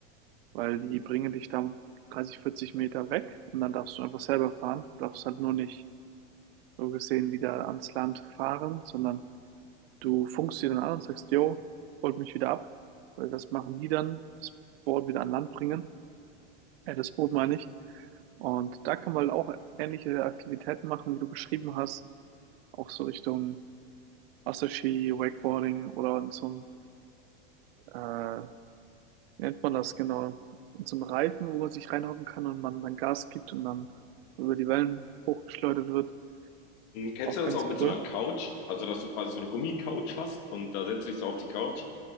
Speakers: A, on the right; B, on the left.
A: weil
B: Mhm.
A: die bringen dich dann 30, 40 Meter weg und dann darfst du einfach selber fahren. Du darfst halt nur nicht so gesehen wieder ans Land fahren, sondern du funkst sie dann an und sagst, yo, holt mich wieder ab, weil das machen die dann, das Boot wieder an Land bringen. Äh, das Boot meine ich. Und da kann man halt auch ähnliche Aktivitäten machen, wie du beschrieben hast, auch so Richtung Wasserski, Wakeboarding oder in so einem, äh, wie nennt man das genau, in so einem Reifen, wo man sich reinhocken kann und man dann Gas gibt und dann über die Wellen hochgeschleudert wird.
B: Kennst
A: Auch
B: du das
A: ganz
B: auch mit so
A: cool.
B: einer Couch? Also, dass du quasi so eine Gummicouch hast und da setzt du dich so auf die Couch.